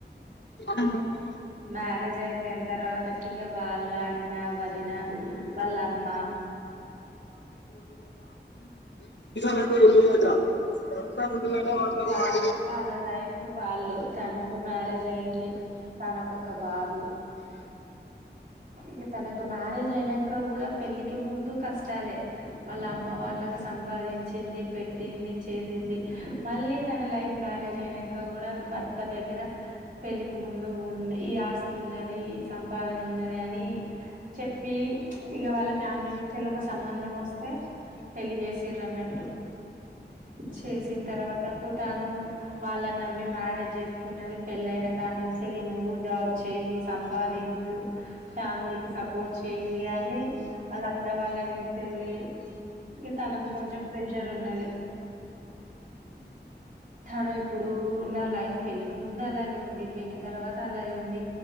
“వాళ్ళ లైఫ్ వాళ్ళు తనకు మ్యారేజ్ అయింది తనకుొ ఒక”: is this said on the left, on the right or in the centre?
Right